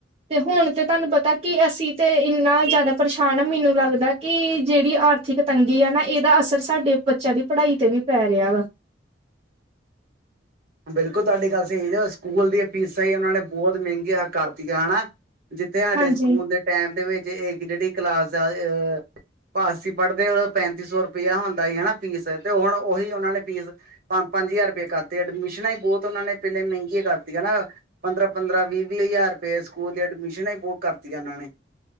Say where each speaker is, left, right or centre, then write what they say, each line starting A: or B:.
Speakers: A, on the right; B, on the right.
A: ਤੇ ਹੁਨ ਤੇ ਤਾਨੂੰ ਪਤਾ ਕੀ ਅਸੀਂ ਤੇ ਇੰਨਾ ਜਾਦਾ ਪਰੇਸ਼ਾਨ ਆ ਮੈਨੂੰ ਲੱਗਦਾ ਕੀ ਜੇੜੀ ਆਰਥਿਕ ਤੰਗੀ ਆ ਨਾ ਏਦਾ ਅਸਰ ਸਾਡੇ ਬੱਚਿਆਂ ਦੀ ਪੜਾਈ ਤੇ ਵੀ ਪੈ ਰਿਆ ਵਾ।
B: ਬਿਲਕੁਲ ਤੁਆਡੀ ਗੱਲ ਸਈ ਸਕੂਲ ਦੀਆਂ ਫੀਸਾਂ ਈ ਓਨਾਂ ਨੇ ਬੋਤ ਮੈਂਗੀਆਂ ਕਰਤੀਆਂ ਹਨਾ। ਜਿੱਥੇ ਸਾਡੇ
A: ਹਾਂਜੀ
B: ਸਕੂਲ ਦੇ ਟੈਮ ਦੇ ਵਿੱਚ ਇੱਕ ਜੇੜੀ ਕਲਾਸ ਦਾ ਅ ਭਾਦਸੀਂ ਪੜਦੇ ਓਦੋਂ ਪੈਂਤੀ ਸੌ ਰੁਪਇਆ ਹੁੰਦਾ ਸੀ ਹਨਾ ਫੀਸ ਤੇ ਹੁਨ ਓਹੀ ਓਨਾਂ ਨੇ ਫੀਸ ਪੰਜ-ਪੰਜ ਜ਼ਾਰ ਰੁਪਏ ਕਰਤੇ ਐਡਮਿਸ਼ਨਾਂ ਈ ਬੋਤ ਓਨਾਂ ਨੇ ਪੈਲੇ ਮੈਂਗੀਆਂ ਕਰਤੀਆਂ ਹਨਾ। ਪੰਦਰਾਂ ਪੰਦਰਾਂ ਵੀਹ ਵੀਹ ਹਜ਼ਾਰ ਰੁਪਏ ਸਕੂਲ ਦੀ ਐਡਮਿਸ਼ਨਨਾਂ ਏ ਬਹੁਤ ਕਰਤੀਆਂ ਇਹਨਾਂ ਨੇ।